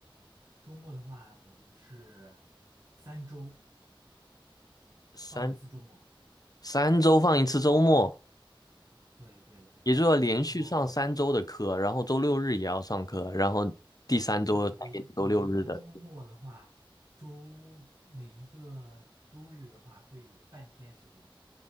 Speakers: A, on the right; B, on the left.
A: 周末的话，我们是三周
B: 三
A: 放一次周末，
B: 三周放一次周末，
A: 对对对，
B: 也就是说连续上三周的课，
A: 然后
B: 然后周六日也要上课，然后第三周才给你周六日的
A: 对每一每一个周末的话，周每一个周日的话会有半天时间。